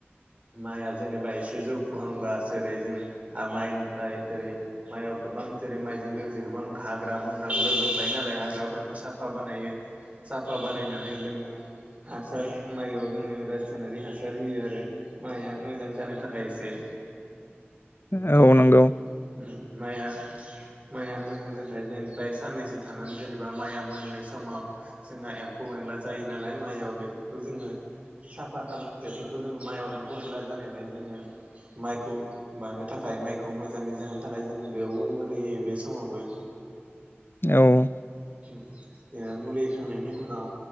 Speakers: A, on the right (about 30°); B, on the left (about 60°).
A: माइआ जेनेबा एसे जौफुहांबा जेरै जों माइनिफ्राय जेरै माइयाव गोबां जेरै माइजों लोगोसे गोबां हाग्रा बंग्रा रजोबफ्लाय साफा बानायो साफा बानायनानै जोङो हासार माइआव जोङो रासायनारि हासार होयो आरो माइआ मोजां जानो थाखाय एसे
B: <unintelligible> <unintelligible>
A: उम
B: औ नंगौ
A: उम माइया माइआ मोजां जानो थाखाय जेनिफ्राय साननैसो थानानै जेनेबा माइआ मोननाय समाव जोंहा एम्फौ एनला जायो नालाय माइयाव बेफोरखौ जोङो साफा खालाम बेफोरखौ जोङो माइआव एम्फौ एनला जानायलाय जोङो माइखौ बानायनो थाखाय माइखौ मोजाङै जाहोनो थाखाय जों बेयावबो मुलि होयो बे समावबो
B: औ
A: जेनेबा मुलि होखांनायनि उनाव